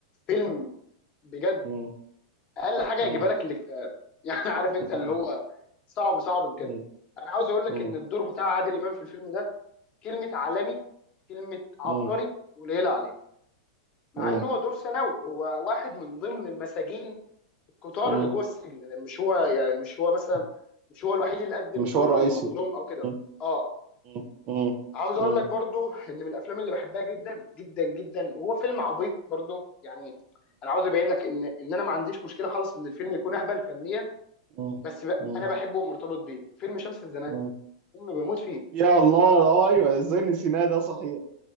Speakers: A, on the left (about 35°); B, on the right (about 40°).
A: فيلم بجد
B: م-
A: اقل حاجه
B: م-
A: هيجيبها لك الاكتئاب <laughs> يعني عارف انت
B: م-
A: اللي هو صعب صعب بجد
B: م-
A: انا عاوز اقول لك
B: م-
A: ان الدور بتاع عادل امام في الفيلم ده كلمه عالمي كلمه عبقري
B: م-
A: قليله عليه مع
B: م-
A: ان هو دور ثانوي هو واحد من ضمن المساجين الكتار
B: م-
A: اللي جوه السجن مش هو يعني مش هو مثلا
B: م-
A: مش هو الوحيد اللي قدم
B: مش
A: دور
B: هو الرئيسي
A: المظلوم او كده
B: مم.
A: اه
B: مم. مم.
A: عاوز اقول
B: مم.
A: لك برضو ان من الافلام اللي بحبها جدا جدا جدا وهو فيلم عبيط برضو يعني انا عاوز ابين لك ان ان انا ما عنديش مشكله خالص ان الفيلم يكون اهبل فنيا
B: مم.
A: بس ب...
B: مم.
A: انا بحبه ومرتبط بيه فيلم شمس الزناتي
B: مم.
A: فيلم بموت فيه
B: يا الله اه ايوه ازاي نسيناه ده صحيح